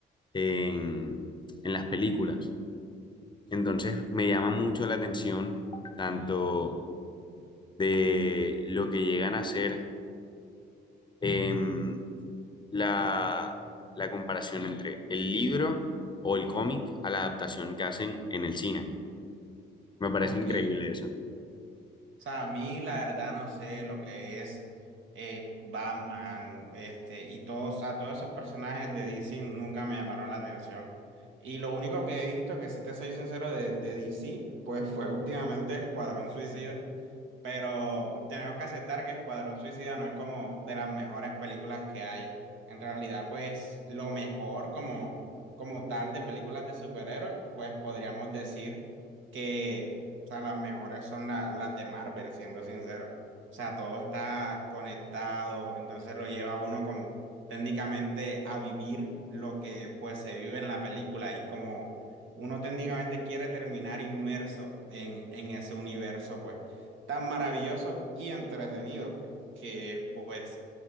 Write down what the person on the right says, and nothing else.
Ok,
O sea, a mí la verdad no sé lo que es eh, Batman, este, y todos, o sea, todos esos personajes de DC nunca me llamaron la atención. Y lo único que he visto, que si te soy sincero, de, de DC, pues fue últimamente Escuadrón Suicida. Pero tenemos que aceptar que Escuadrón Suicida no es como de las mejores películas que haya. En realidad, pues lo mejor como, como tal de películas de superhéroes, pues podríamos decir que o sea, las mejores son la- las de Marvel, siendo sincero. O sea, todo está conectado, entonces lo lleva a uno como técnicamente a vivir lo que pues se vive en la película y como uno técnicamente quiere terminar inmerso en, en ese universo, pues tan maravilloso y entretenido que, que es, pues,